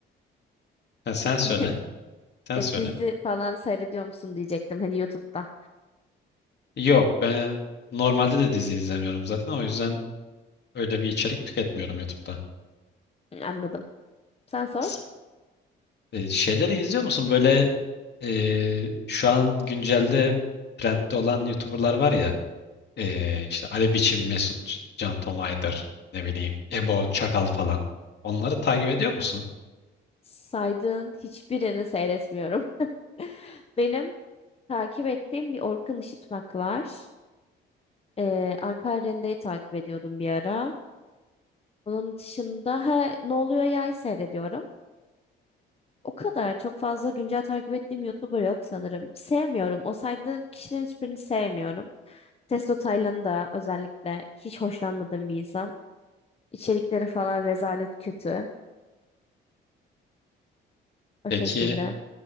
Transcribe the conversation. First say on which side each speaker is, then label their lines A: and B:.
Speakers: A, on the left (about 55°); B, on the left (about 30°).
A: Ha, sen söyle.
B: <laughs>
A: Sen
B: e,
A: söyle.
B: dizi falan seyrediyor musun diyecektim hani YouTube'da.
A: Yok ben normalde de dizi izlemiyorum zaten o yüzden öyle bir içerik tüketmiyorum YouTube'da.
B: Anladım. Sen sor.
A: S- e, şeyleri izliyor musun? Böyle e, şu an güncelde trendde olan YouTuber'lar var ya e, işte Ali Biçim, Mesut C- Can Tomay'dır ne bileyim Ebo Çakal falan. Onları takip ediyor musun?
B: Saydığın hiçbirini seyretmiyorum. <laughs> Benim takip ettiğim bir Orkun Işıtmak var. Ee, Alper Rende'yi takip ediyordum bir ara. Onun dışında ha, Ne Oluyor Ya'yı seyrediyorum. O kadar çok fazla güncel takip ettiğim YouTuber yok sanırım. Sevmiyorum. O saydığın kişilerin hiçbirini sevmiyorum. Testo Taylan'ı da özellikle hiç hoşlanmadığım bir insan. İçerikleri falan rezalet kötü. O
A: Peki
B: şekilde.